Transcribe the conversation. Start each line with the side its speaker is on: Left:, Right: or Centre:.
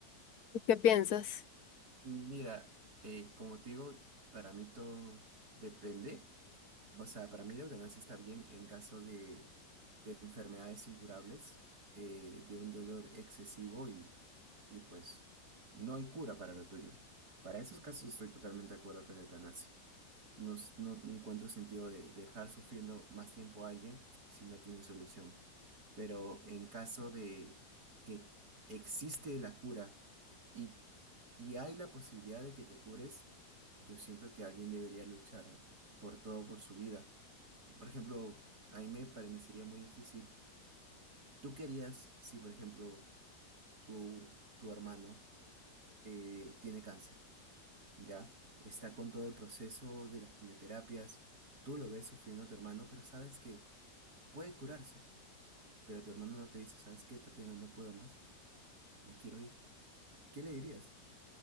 Left: ¿Tú qué piensas?
Right: Mira, eh, como te digo, para mí todo depende. O sea, para mí la eutanasia está bien en caso de, de enfermedades incurables, eh, de un dolor excesivo y, y pues no hay cura para lo tuyo. Para esos casos estoy totalmente de acuerdo con la eutanasia. No, s- no encuentro sentido de dejar sufriendo más tiempo a alguien si no tiene solución. Pero en caso de que existe la cura y, y hay la posibilidad de que te cures, yo siento que alguien debería luchar por todo, por su vida. Por ejemplo, a mí me parecería muy difícil. ¿Tú querías si, por ejemplo, tu, tu hermano eh, tiene cáncer? ya, está con todo el proceso de las quimioterapias, tú lo ves sufriendo a tu hermano, pero sabes que puede curarse, pero tu hermano no te dice, ¿sabes qué, Tatiana? No puedo más, me quiero ir. ¿Qué le dirías?